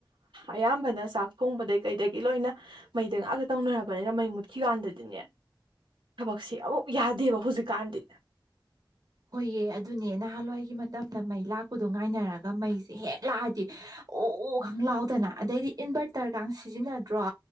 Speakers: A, on the right; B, on the right.
A: ꯑꯌꯥꯝꯕꯅ ꯆꯥꯛ ꯊꯣꯡꯕꯗꯒꯤꯩ ꯀꯩꯗꯒꯤ ꯂꯣꯏꯅ ꯃꯩꯗ ꯉꯥꯛꯇ ꯇꯧꯅꯔꯕꯅꯤꯅ ꯃꯩ ꯃꯨꯠꯈꯤꯀꯥꯟꯗꯗꯤꯅꯦ ꯊꯕꯛꯁꯤ ꯑꯃꯨꯛ ꯌꯥꯗꯦꯕ ꯍꯧꯖꯤꯛꯀꯥꯟꯗꯤ
B: ꯍꯣꯏꯌꯦ ꯑꯗꯨꯅꯦ ꯅꯍꯥꯟꯋꯥꯏꯒꯤ ꯃꯇꯝꯗ ꯃꯩ ꯂꯥꯛꯄꯗꯣ ꯉꯥꯏꯅꯔꯒ ꯃꯩꯁꯦ ꯍꯦꯛ ꯂꯥꯛꯑꯗꯤ ꯑꯣ ꯈ ꯂꯥꯎꯗꯅ ꯑꯗꯩꯗꯤ ꯏꯟꯚꯔꯇꯔꯒ ꯁꯤꯖꯤꯟꯅꯗ꯭ꯔꯣ